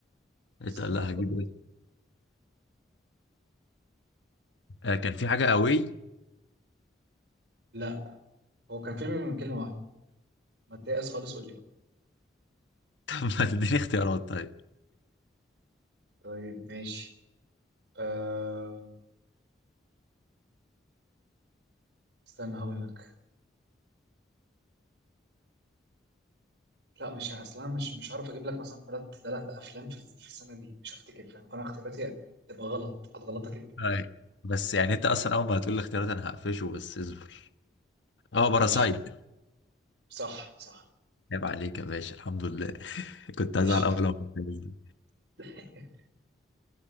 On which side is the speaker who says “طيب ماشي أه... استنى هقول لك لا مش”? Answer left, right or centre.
Right